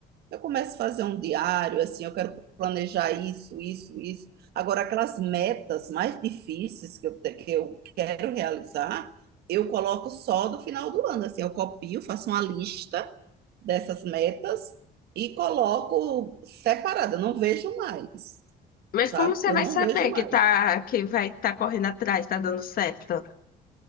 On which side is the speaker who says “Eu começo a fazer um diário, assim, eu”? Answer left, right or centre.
Right